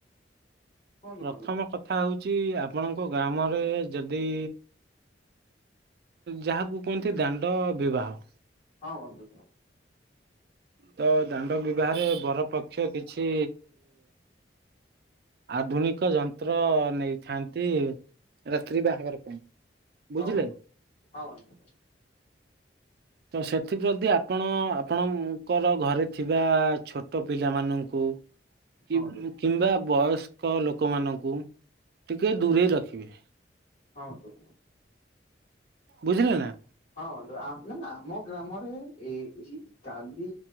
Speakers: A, on the left; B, on the right.
A: କୁହନ୍ତୁ
B: ପ୍ରଥମ
A: ବନ୍ଧୁ
B: କଥା ହଉଛି ଆପଣଙ୍କ ଗ୍ରାମରେ ଯଦି ଯାହାକୁ କୁହନ୍ତି ଦାଣ୍ଡ ବିବାହ
A: ହଁ ବନ୍ଧୁ।
B: ତ ଦାଣ୍ଡ ବିବାହରେ ବର ପକ୍ଷ କିଛି ଆଧୁନିକ ଯନ୍ତ୍ର ନେଇଥାନ୍ତି। ରାତ୍ରି ବାହାଘର ପାଇଁ ବୁଝିଲେ।
A: ହଁ ବନ୍ଧୁ ହଁ ବନ୍ଧୁ
B: ତ ସେଥି ଯଦି ଆପଣ ଆପଣ ଙ୍କର ଘରେ ଥିବା ଛୋଟ ପିଲାମାନଙ୍କୁ କି
A: ହଁ ବନ୍ଧୁ
B: କିମ୍ବା ବୟସ୍କ ଲୋକମାନଙ୍କୁ ଟିକେ ଦୂରେଇ ରଖିବେ।
A: ହ ବନ୍ଧୁ।
B: ବୁଝିଲେ ନା
A: ହଁ ନା ନା ଆମ ଗ୍ରାମରେ ଏ ଏଇ କାଲି